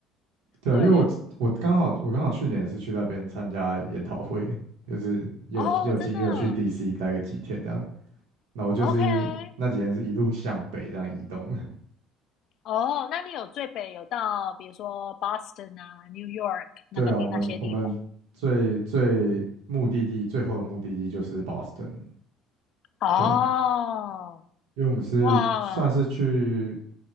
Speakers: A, on the right (about 80°); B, on the left (about 50°).
A: 对啊，
B: 对，
A: 因为我我刚好我刚好去年也是去那边参加研讨会，就是又又也有进也有去
B: 哦，真的
A: DC 待个几天这样。那我就是那几天是一路向北这样移动的
B: ，OK，哦，那你有最北有到，比如说 Boston 啊、New York
A: <laughs>
B: 那个地那些地方？
A: 对啊，我们我们最最目的地最后的目的地就是 Boston。
B: 哦，
A: 对，因为我们是算是去，
B: 哇，